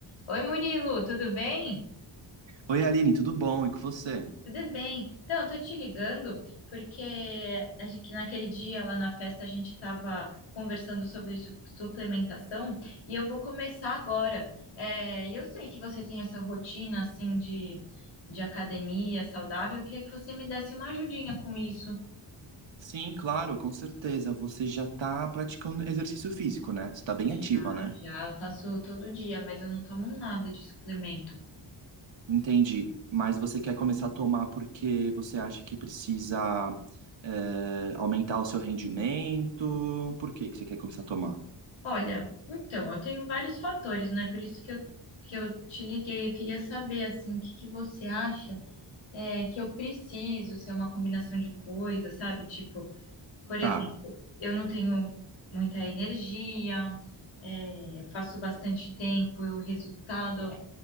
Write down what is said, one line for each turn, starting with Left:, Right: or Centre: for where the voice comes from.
Left: Oi, Murilo, tudo bem?
Right: Oi, Aline, tudo bom? E com você?
Left: Tudo bem. Então, eu tô te ligando porque a gente- que naquele dia lá na festa a gente estava conversando sobre su- suplementação e eu vou começar agora. É, e eu sei que você tem essa rotina assim de, de academia saudável. Eu queria que você me desse uma ajudinha com isso.
Right: Sim, claro, com certeza. Você já está praticando exercício físico, né? Você está bem ativa,
Left: Já,
Right: né?
Left: já, eu faço todo dia, mas eu não tomo nada de suplemento.
Right: Entendi. Mas você quer começar a tomar porque você acha que precisa, é, aumentar o seu rendimento? Por que que você quer começar a tomar?
Left: Olha, então, eu tenho vários fatores, né? Por isso que eu, que eu te liguei. Eu queria saber, assim, o que que você acha é, que eu preciso ser uma combinação de coisas, sabe? Tipo, por
Right: Tá,
Left: exemplo, eu não tenho muita energia, é, eu faço bastante tempo e o resultado